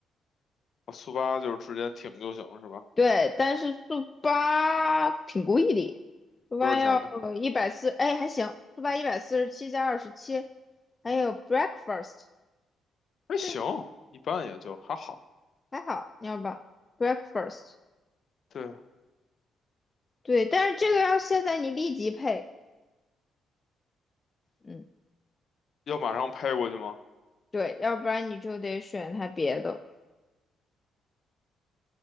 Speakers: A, on the left; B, on the left.
A: 啊，速八就是直接停就行了是吧？
B: 对，但是速八挺贵的，速八要一百四，
A: 多少钱呢？
B: 哎，还行，速八一百四十七加二十七，还有 breakfast，
A: 还行，
B: 对，
A: 一般也就还好。
B: 还好，你要不要 breakfast？
A: 对，
B: 对，但是这个要现在你立即配，嗯，
A: 要马上拍过去吗？
B: 对，要不然你就得选它别的。